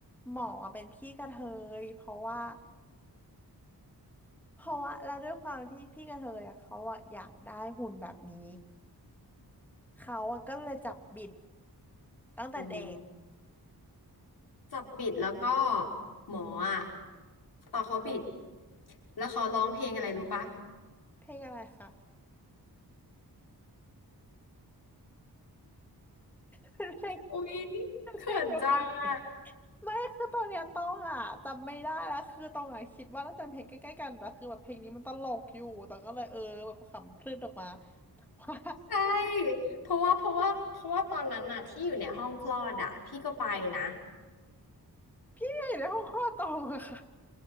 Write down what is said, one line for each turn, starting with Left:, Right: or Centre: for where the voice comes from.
Centre: หมออะเป็นพี่กระเทยเพราะว่า เพราะว่าแล้วด้วยความที่พี่กระเทยอ่ะเขาอ่ะอยากได้หุ่นแบบนี้เขาอ่ะก็เลยจับบิดตั้งแต่เด็ก
Left: อืมจับบิดแล้วก็หมออะตอนเขาบิดแล้วเขาร้องเพลงอะไรรู้ปะ
Centre: เพลงอะไรคะเป็นเพลง <laughs>
Left: อุ๊ยเขินจังอ่ะ
Centre: เพลงเดียวกันไม่คือตอนเนี้ยต้องอ่ะจำไม่ได้แล้วคือต้องอ่ะคิดว่าน่าจะเป็นเพลงใกล้ๆกันแต่คือแบบเพลงนี้มันตลกอยู่ตองก็เลยเออแบบขำพรืดออกมาว่า
Left: ใช่เพราะว่าเพราะว่าเพราะว่าตอนนั้นน่ะที่อยู่ในห้องคลอดอ่ะพี่ก็ไปนะ
Centre: เนี่ยอยู่ในห้องคลอดตองอะค่ะ